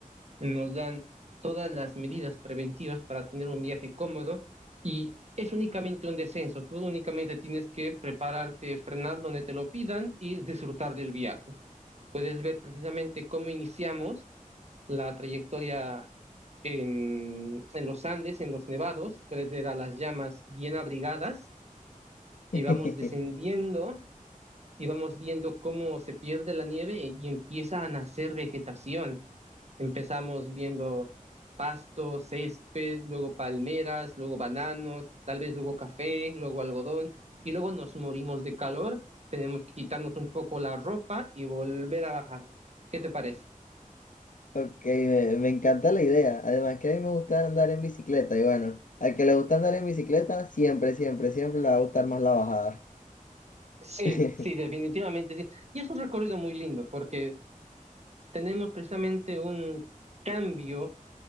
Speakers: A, on the right; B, on the left.
A: nos dan todas las medidas preventivas para tener un viaje cómodo y es únicamente un descenso, tú únicamente tienes que prepararte, frenar donde te lo pidan y disfrutar del viaje puedes ver precisamente cómo iniciamos la trayectoria en, en los Andes, en los nevados, puedes ver a las llamas bien abrigadas y
B: <laughs>
A: vamos descendiendo y vamos viendo cómo se pierde la nieve y, y empieza a nacer vegetación. Empezamos viendo pasto, césped, luego palmeras, luego bananos, tal vez luego café, luego algodón, y luego nos morimos de calor, tenemos que quitarnos un poco la ropa y volver a bajar. ¿Qué te parece?
B: Ok, me, me encanta la idea. Además que a mí me gusta andar en bicicleta y bueno, al que le gusta andar en bicicleta, siempre, siempre, siempre le va a gustar más la bajada.
A: Sí,
B: <laughs>
A: sí, definitivamente sí. Y es un recorrido muy lindo porque tenemos precisamente un cambio